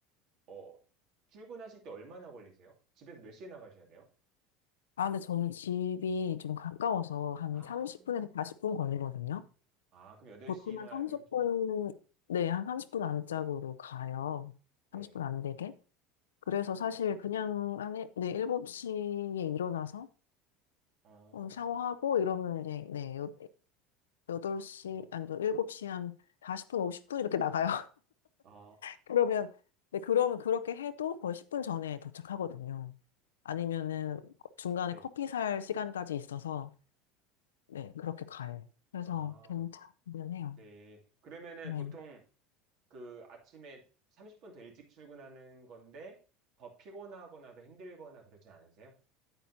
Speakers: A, on the right (about 50°); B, on the left (about 75°).
A: 어, 출근하실 때 얼마나 걸리세요? 집에서 몇 시에 나가셔야 돼요?
B: 아, 근데 저는 집이 좀 가까워서 한
A: 아,
B: 30분에서 40분 걸리거든요.
A: 아, 그럼 8시나
B: 보통 한 30분,
A: 7시 50분?
B: 네, 한 30분 안짝으로 가요.
A: 네.
B: 30분 안 되게. 그래서 사실 그냥 한, 일- 네, 7시에 일어나서
A: 어,
B: 음, 샤워하고 이러면 이제, 네, 여, 덟시
A: 어,
B: 아니, 저 일곱 시한 40분, 50분 이렇게 나가요.
A: 아,
B: 그러면, 네, 그러면 그렇게 해도 거의 10분 전에 도착하거든요. 아니면은 중간에
A: 네.
B: 커피 살 시간까지 있어서, 네, 그렇게 가요. 그래서
A: 아.
B: 괜찮긴 해요.
A: 네. 그러면은
B: 네.
A: 보통 그 아침에 30분 더 일찍 출근하는 건데 더 피곤하거나 더 힘들거나 그러진 않으세요?